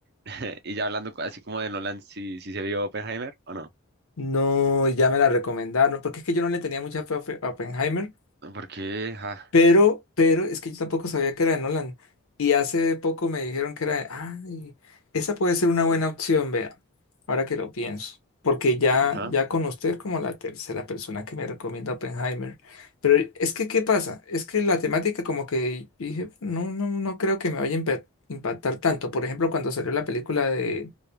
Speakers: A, on the right; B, on the left.
A: <laughs> y ya hablando así como de Nolan, si, si se vio Oppenheimer o no.
B: No, y ya me la recomendaron, porque es que yo no le tenía mucha fe a Oppen- a Oppenheimer.
A: No, Porque, ah,
B: Pero, pero es que yo tampoco sabía que era de Nolan. Y hace poco me dijeron que era de, ay, esa puede ser una buena opción, vea, ahora que lo pienso. Porque ya,
A: ajá,
B: ya con usted es como la tercera persona que me recomienda Oppenheimer. Pero es que, ¿qué pasa? Es que la temática como que dije, no, no, no creo que me vaya a impa- impactar tanto. Por ejemplo, cuando salió la película de